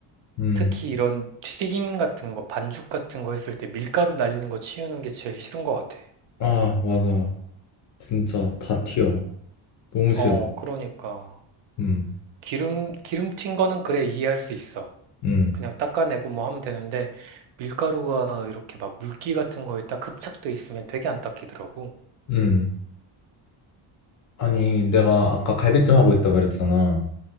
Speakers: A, on the left; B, on the right.
A: 음.
B: 특히 이런 튀김 같은 거, 반죽 같은 거 했을 때 밀가루 날리는 거 치우는 게 제일 싫은 것 같아.
A: 아, 맞아. 진짜 다 튀어. 너무
B: 어,
A: 싫어.
B: 그러니까.
A: 음,
B: 기름, 기름 튄 거는 그래 이해할 수 있어.
A: 음,
B: 그냥 닦아내고 뭐 하면 되는데 밀가루가 이렇게 막 물기 같은 거에 딱 흡착돼 있으면 되게 안 닦이더라고.
A: 음. 아니, 내가 아까 갈비찜 하고 있다 그랬잖아.